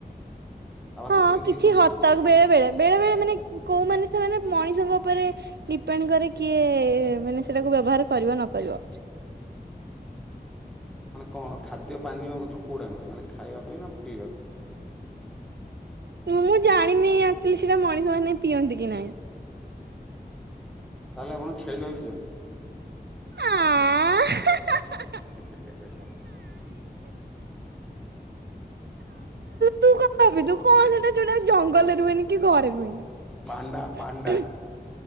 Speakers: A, in the centre; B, on the right.
A: ତା ପାଖରୁ
B: ହଁ
A: ସେମିତି
B: କିଛି
A: ମିଳେନି।
B: ହତକ ବେଳେ ବେଳେ ବେଳେ ବେଳେ ମାନେ କୋଉମାନେ ସେମାନେ ମଣିଷଙ୍କ ଉପରେ ଡିପେଣ୍ଡ୍ କରେ କିଏ ମାନେ ସେଟାକୁ ବ୍ୟବହାର କରିବ ନ କରିବ।
A: ମାନେ କଣ ଖାଦ୍ୟ ପାନୀୟ କତରୁ କେଉଁଟା ମିଳେ ମାନେ ଖାଇବା ପାଇଁ ନା ପିଇବା ପାଇଁ?
B: ମୁଁ ଜାଣିନି ଆକ୍ଚୁଆଲି ସେଇଟା ମଣିଷ ମାନେ ପିଅନ୍ତି କି ନାହିଁ।
A: ତାହେଲେ ଆପଣ ଛେଳି ଭାବିଛନ୍ତି।
B: ଆଁ, <unintelligible>
A: ହି, ହେ, ହେ, ହେ
B: ତୁ କଣ ଭାବିଲୁ କଣ ସେଇଟା ଯୋଉଟା ଜଙ୍ଗଲରେ ରୁହେନି କି ଘରେ ରୁହେନି।
A: ପାଣ୍ଡା ପାଣ୍ଡା